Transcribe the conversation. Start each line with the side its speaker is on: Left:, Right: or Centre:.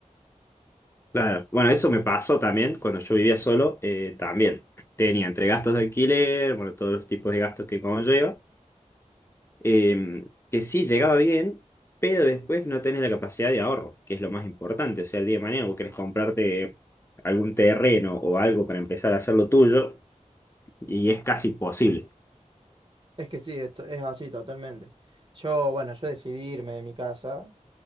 Left: Claro, bueno, eso me pasó también cuando yo vivía solo, eh, también tenía entre gastos de alquiler, bueno, todos los tipos de gastos que conlleva, eh, que sí llegaba bien, pero después no tenés la capacidad de ahorro, que es lo más importante, o sea, el día de mañana vos querés comprarte algún terreno o algo para empezar a hacer lo tuyo y es casi imposible.
Right: Es que sí, esto- es así totalmente. Yo, bueno, yo decidí irme de mi casa,